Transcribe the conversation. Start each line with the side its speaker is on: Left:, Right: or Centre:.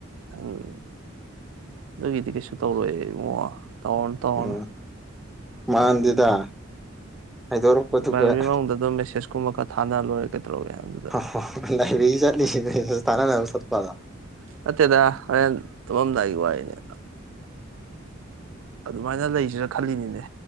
Right: ꯎꯝ ꯑꯗꯨꯒꯤꯗꯤ ꯀꯩꯁꯨ ꯇꯧꯔꯣꯌꯦ ꯏꯉꯣ ꯇꯧꯔꯅꯨ ꯇꯧꯔꯅꯨ
Centre: ꯎꯝ ꯃꯥꯟꯗꯦꯗ
Right: ꯑꯗꯨꯝ
Centre: ꯍꯥꯏꯗꯣꯔꯛꯄꯗꯨꯒ
Right: ꯚꯥꯏꯚ꯭ꯔꯤ ꯃꯅꯨꯡꯗ ꯑꯗꯨꯝ ꯃꯦꯁꯦꯁ ꯀꯨꯝꯕ ꯈꯔ ꯊꯥꯅ ꯂꯣꯏꯔꯦ ꯀꯩꯗꯧꯔꯒꯦ ꯑꯗꯨꯗ
Centre: ꯍꯥ ꯍꯥ ꯍꯥ ꯂꯥꯏꯕ꯭ꯔꯤ ꯆꯠꯂꯤꯁꯤꯗꯤ ꯃꯦꯁ ꯊꯥꯅꯅꯕ ꯆꯠꯄꯔ
Right: ꯅꯇꯦꯗ ꯍꯣꯔꯦꯟ ꯇꯨꯝꯃꯝꯗꯥꯏꯒꯤ ꯋꯥꯔꯤꯅꯦ ꯑꯗꯨꯃꯥꯏꯅ ꯂꯩꯁꯤꯔꯥ ꯈꯜꯂꯤꯅꯤꯅꯦ